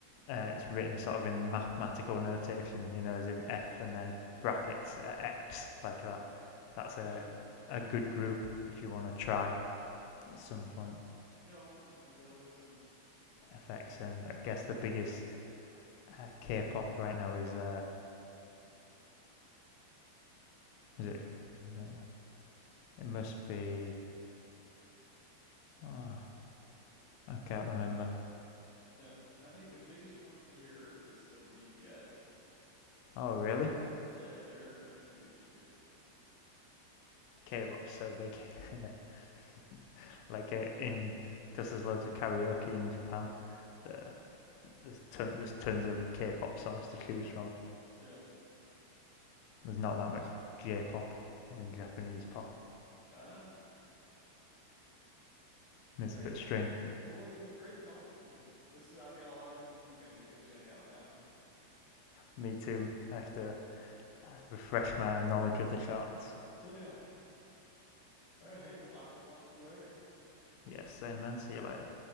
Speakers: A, on the left; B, on the left.
A: uh, it's written sort of in mathematical notation, you know, as in F and then brackets uh, X like that. That's
B: yeah.
A: a
B: Huh.
A: a good group if you want to try at some point.
B: Yeah, I'll have to give that a listen.
A: FX and I guess the biggest uh, K-pop right now is uh, is it? No, it must be. ah, I can't remember.
B: Yeah. I think the biggest one here is still BTS.
A: Oh, really?
B: Yeah, they're they're huge here.
A: K-pop, so they can, <laughs> like uh, in because there's loads of karaoke in Japan. There, there's ton, there's tons of K-pop songs to choose from.
B: Yeah. Hmm.
A: There's not that much J-pop, as in Japanese pop,
B: Uh,
A: and it's
B: hey
A: a bit
B: man.
A: strange.
B: Well, it was great talking to you. This is I've got a lot of new music I need to go check out now.
A: Me too. I have to refresh my knowledge of the charts.
B: Yeah.
A: So,
B: All right, hey, well, I will talk to you later.
A: yeah, same man. See you later.